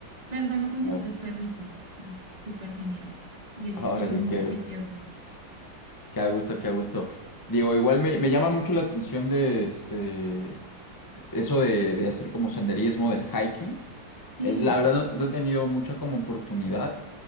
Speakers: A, on the right; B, on the left.
A: pero salgo con
B: Claro.
A: mis tres perritos. Es súper genial. Y ellos
B: Órale,
A: pues son muy
B: qué
A: juiciosos.
B: gusto. Qué a gusto, qué a gusto. Digo, igual me, me llama mucho la atención de este. eso de, de hacer como senderismo, del hiking,
A: Sí,
B: eh, la verdad no, no he tenido mucha como oportunidad,